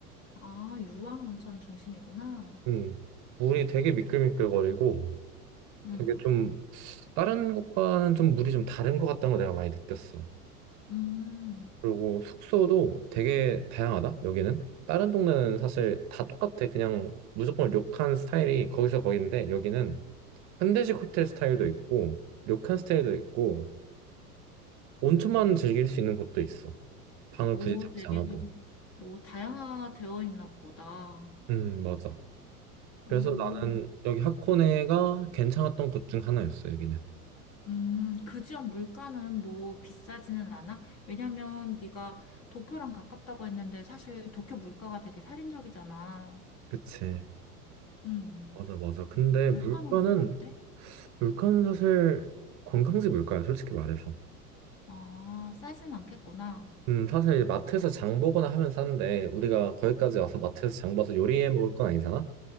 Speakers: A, on the left; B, on the right.
A: 아, 유황온천 중심이구나.
B: 음, 물이 되게 미끌미끌거리고
A: 음,
B: 되게 좀 다른 곳과는 좀 물이 좀 다른 것 같다는 걸 내가 많이 느꼈어.
A: 음.
B: 그리고 숙소도 되게 다양하다, 여기는. 다른 동네는 사실 다 똑같아. 그냥 무조건 료칸 스타일이 거기서 거긴데 여기는 현대식 호텔 스타일도 있고 료칸 스타일도 있고 온천만 즐길 수 있는 곳도 있어. 방을
A: 오,
B: 굳이 잡지
A: 되게
B: 않아도.
A: 뭐 다양화되어 있나 보다.
B: 음, 맞아. 그래서
A: 음,
B: 나는 여기 하코네가 괜찮았던 곳 중 하나였어, 여기는.
A: 음. 그 지역 물가는 뭐 비싸지는 않아? 왜냐면 네가 도쿄랑 가깝다고 했는데 사실 도쿄 물가가 되게 살인적이잖아.
B: 그치.
A: 음.
B: 맞아, 맞아. 근데
A: 물가는
B: 물가는,
A: 좀 어때?
B: 물가는 사실 관광지 물가야, 솔직히 말해서.
A: 아, 싸진 않겠구나.
B: 음, 사실 이제 마트에서 장 보거나 하면 싼데, 우리가 거기까지 와서 마트에서 장 봐서 요리해 먹을 건 아니잖아?